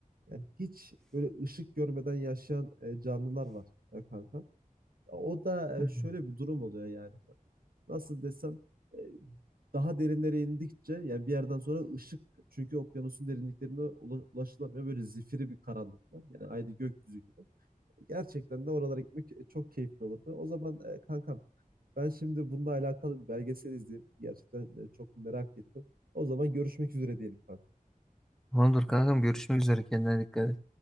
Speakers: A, on the right; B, in the centre.
A: Yani hiç böyle ışık görmeden yaşayan e, canlılar var e, kanka. Ya o da
B: Hmm.
A: e, şöyle bir durum oluyor yani. nasıl desem e, daha derinlere indikçe yani bir yerden sonra ışık çünkü okyanusun derinliklerine ula- ulaşılamıyor. Böyle zifiri bir karanlık var. Yani aynı gökyüzü gibi. E, Gerçekten de oralara gitmek e, çok keyifli olurdu. O zaman e, kankam ben şimdi bununla alakalı bir belgesel izleyeyim. Gerçekten e, çok merak ettim. O zaman görüşmek üzere diyelim kankam.
B: Tamamdır kankam görüşmek üzere kendine dikkat et.